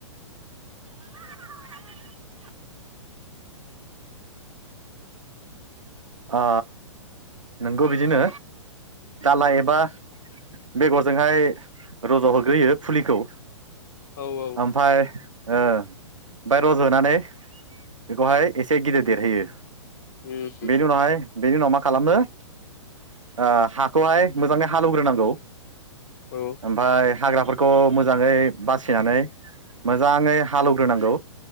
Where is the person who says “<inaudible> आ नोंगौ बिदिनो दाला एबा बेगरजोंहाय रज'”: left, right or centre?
Right